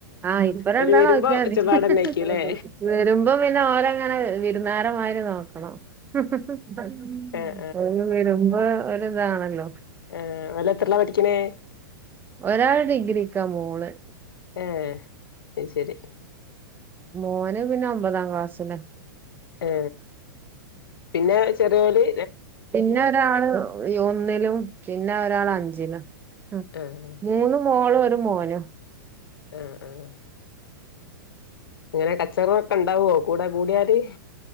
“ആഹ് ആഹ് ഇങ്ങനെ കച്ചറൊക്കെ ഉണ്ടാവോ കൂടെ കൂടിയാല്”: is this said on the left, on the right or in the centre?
Left